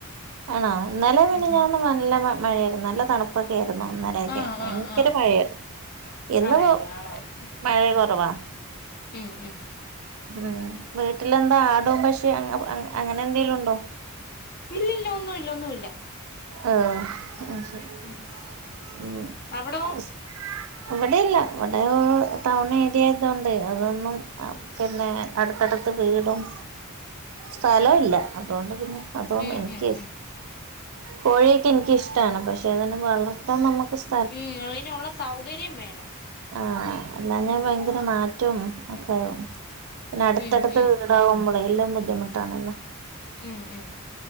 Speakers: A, on the right; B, on the left.
A: ആണോ ഇന്നലെ മിനിഞ്ഞാന്ന്
B: ഉം
A: നല്ല മഴ ആയിരുന്നു നല്ല തണുപ്പ പ്പൊക്കെ ആയിരുന്നു ഇന്നലൊക്കെ
B: ആഹ്
A: ഭയങ്കര
B: ആഹ് ആഹ്
A: മഴയാരുന്നു ഇന്ന്
B: അതെ
A: പ്പോ
B: അതെ ആണാണ്
A: മഴ കൊറവാ
B: ഉം ഉം
A: ഉം വീട്ടിലെന്താ ആടും പശീ അ അ അങ്ങ അങ്ങനെ എന്തേലും ഇണ്ടോ
B: ഇല്ലില്ല ഒന്നുല്ല ഒന്നൂല്ല
A: ആഹ് അയ് ശരി
B: ഉം
A: ഉം
B: അവിടോ
A: അസ് ഇവിടെ ഇല്ല ഇവിടെ ടൗൺ ഏരിയ ആയതോണ്ടേ അതൊന്നും അ പിന്നെ അടുത്തടുത്ത് വീടും സ്ഥലല്ല അതോണ്ട് പിന്നെ അതോന്ന്
B: ഉം
A: ഇൻകേസ്
B: ഉം ഉം
A: കോഴിക്കെ
B: ഉം
A: എനിക്കിഷ്ടാണ് പക്ഷെ അതിനെ വളർത്താൻ നമുക്ക് സ്
B: ഉം അയിനുള്ള സൗകര്യം വേണം
A: ആഹ് അല്ലാഞ്ഞ ഭയങ്കര നാറ്റവും ഒക്കാവും പിന്നെ അടുത്തടുത്ത്
B: ഉം ഉം
A: വീട് വുമ്പളെ എല്ലാം ബുദ്ധിമുട്ടാണല്ലോ
B: ഏഹ് ഏഹ്